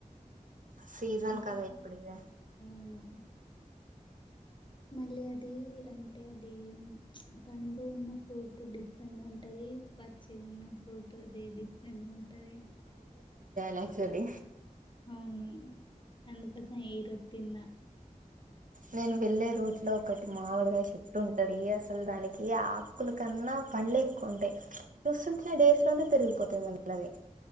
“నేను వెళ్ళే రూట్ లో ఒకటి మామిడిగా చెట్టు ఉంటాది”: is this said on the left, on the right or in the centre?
Right